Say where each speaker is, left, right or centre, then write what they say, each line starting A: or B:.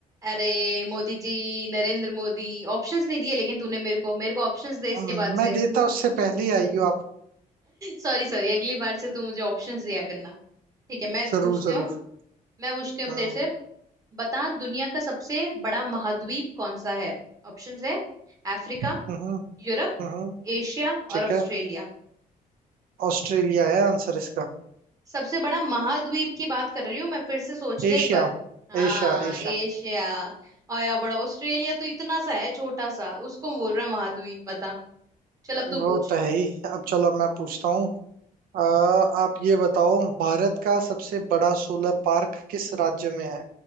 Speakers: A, on the right; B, on the right.
A: अरे मोदी जी नरेंद्र मोदी ऑप्शंस नहीं दिए लेकिन तूने मेरे को मेरे को ऑप्शंस दे इसके
B: हम्म,
A: बाद
B: मैं
A: से
B: देता उससे पहले ही आई हो आप
A: सॉरी सॉरी अगली बार से तू मुझे ऑप्शंस दिया करना ठीक है मैं
B: जरूर
A: पूछती
B: जरूर
A: हूँ मैं पूछती हूँ
B: हाँ,
A: अब तेरे से बता दुनिया का सबसे बड़ा महाद्वीप कौन सा है ऑप्शंस है अफ्रीका
B: हम्म हम्म
A: यूरोप
B: हम्म,
A: एशिया और
B: ठीक
A: ऑस्ट्रेलिया
B: है ऑस्ट्रेलिया है आंसर इसका
A: सबसे बड़ा महाद्वीप की बात कर रही हूँ मैं फिर से सोच
B: Asia
A: ले एक बार हाँ
B: Asia Asia
A: एशिया और या बड़ा ऑस्ट्रेलिया तो इतना सा है छोटा सा उसको बोल रहा है महाद्वीप बता चल अब तू
B: वो
A: पूछ
B: तो है ही अब चलो मैं पूछता हूँ अ, आप ये बताओ भारत का सबसे बड़ा सोलर पार्क किस राज्य में है